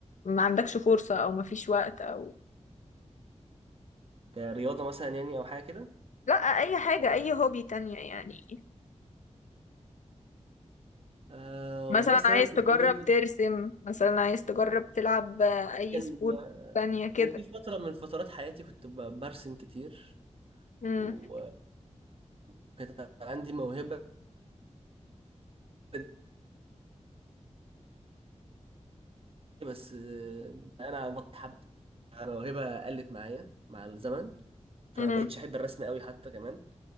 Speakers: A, on the left (about 80°); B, on the right (about 50°).
A: ما عندكش فرصه او ما فيش وقت او
B: كرياضه مثلا يعني او حاجه كده
A: لا اي حاجه اي هوبي تانية يعني
B: أه
A: مثلا
B: والله اصل
A: عايز
B: انا
A: تجرب
B: بالنسبة لي
A: ترسم مثلا عايز تجرب تلعب آه، اي
B: كان
A: سبورت تانية كده
B: كان في فتره من فترات حياتي كنت ب- برسم كتير
A: امم
B: و- وكانت عندي موهبه دي، بس آه، انا نط حبه الموهبه قلت معايا مع الزمن فما
A: امم
B: بقتش احب الرسم قوي حتى كمان